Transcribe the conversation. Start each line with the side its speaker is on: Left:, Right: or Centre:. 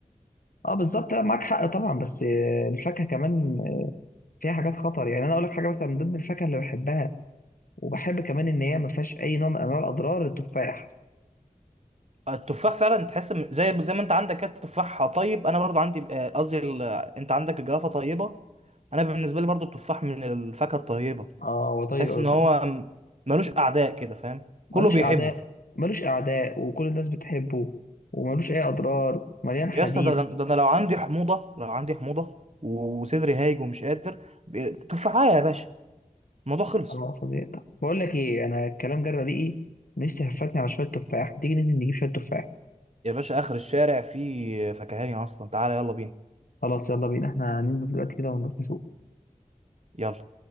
Left: اه بالظبط لا معاك حق طبعا بس آه، الفاكهه كمان فيها حاجات خطر يعني انا اقول لك حاجه مثلا من ضمن الفاكهه اللي بحبها وبحب كمان ان هي ما فيهاش اي نوع من انواع الاضرار التفاح
Right: التفاح فعلا تحس م- زي زي ما انت عندك كده التفاح طيب انا برضو عندي آه، قصدي ال- انت عندك الجوافه طيبه انا بالنسبه لي برضو التفاح من الفاكهه الطيبه
Left: اه هو طيب
Right: تحس
Left: قوي
Right: ان
Left: فعلا
Right: هو م- ملوش اعداء كده فاهم
Left: ملوش
Right: كله بيحبه
Left: اعداء ملوش اعداء وكل الناس بتحبه وملوش اي اضرار مليان حديد
Right: يا اسطى ده ده انا لو عندي حموضه لو عندي حموضه وصدري هايج ومش قادر ب- تفاحه يا باشا الموضوع خلص
Left: اه فظيع طب بقول لك ايه انا الكلام جرى ريقي نفسي هفتني على شويه تفاح تيجي ننزل نجيب شويه تفاح
Right: يا باشا اخر الشارع فيه فكهاني اصلا تعالى يلا بينا
Left: خلاص يلا بينا احنا هننزل دلوقتي كده ونروح نشوف
Right: يلا